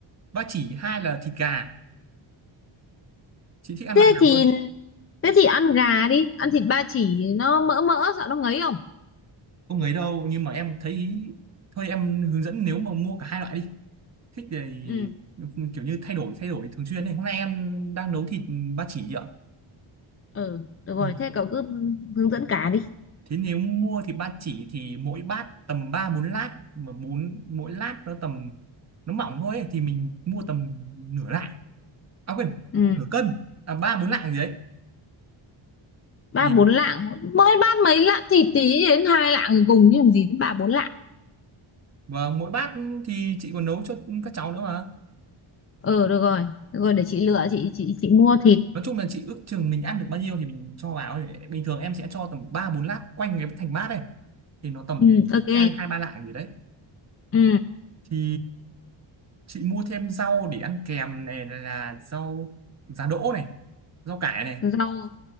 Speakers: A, on the right (about 35°); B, on the left (about 30°).
A: ba chỉ hai là thịt gà chị thích ăn
B: thế
A: loại nào
B: thì
A: hơn
B: thế thì ăn gà đi ăn thịt ba chỉ nó mỡ mỡ sợ nó ngấy không
A: không ấy đâu nhưng mà em thấy thôi em hướng dẫn nếu mà mua cả hai loại đi thích thì
B: ừ
A: kiểu như thay đổi thay đổi thường xuyên này hôm nay em đang nấu thịt ba chỉ chị ạ
B: ừ được
A: ừ.
B: rồi thế cậu cứ hướng dẫn cả đi
A: thế nếu mua thịt ba chỉ thì mỗi bát tầm ba bốn lát mà bốn mỗi lát nó tầm nó mỏng thôi ấy, thì mình mua tầm nửa lạng à quên
B: ừ
A: nửa cân à ba bốn lạng gì đấy
B: ba
A: vì
B: bốn lạng mỗi bát mấy lạng thịt tí đến hai lạng rồi cùng chứ làm gì đến ba bốn lạng
A: và mỗi bát thì chị còn nấu cho các cháu nữa mà
B: ừ được rồi được rồi để chị lựa chị chị chị mua thịt
A: nói chung là chị ước chừng mình ăn được bao nhiêu thì mình cho vào bình thường em sẽ cho tầm ba bốn lát quanh cái thành bát này thì nó tầm
B: ừ ok
A: hai hai ba lạng gì đấy
B: ừ
A: thì chị mua thêm rau để ăn kèm này là rau giá đỗ này rau cải này
B: rau